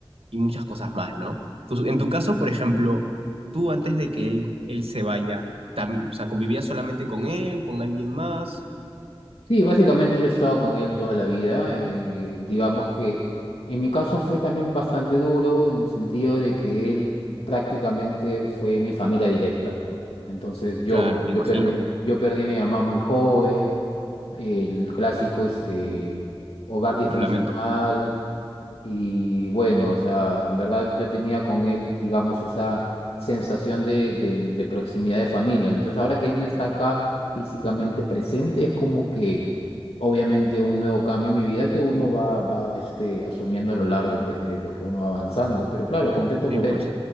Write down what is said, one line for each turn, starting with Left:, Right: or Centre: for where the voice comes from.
Right: y muchas cosas más, ¿no? Tú- en tu caso, por ejemplo, tú antes de que él, él se vaya, tam- o sea, ¿convivías solamente con él, con alguien más?
Left: Sí, básicamente yo he estado con él toda la vida. eh, digamos que en mi caso fue también bastante duro en el sentido de que él prácticamente fue mi familia directa, ¿no? Entonces yo,
Right: Claro,
Left: bueno,
Right: me
Left: yo
Right: imagino.
Left: perdí, yo perdí a mi mamá muy joven, el clásico este,
Right: Uy.
Left: hogar disfuncional,
Right: Lo lamento.
Left: y bueno, o sea, en verdad yo tenía con él, digamos, esa sensación de, de, de proximidad de familia. Entonces, ahora que él no está acá físicamente presente, es como que obviamente un nuevo cambio en mi vida que uno va, va este, asumiendo a lo largo pues, de lo que uno va avanzando. Pero claro, contento
Right: Sí,
Left: por
Right: pues.
Left: él.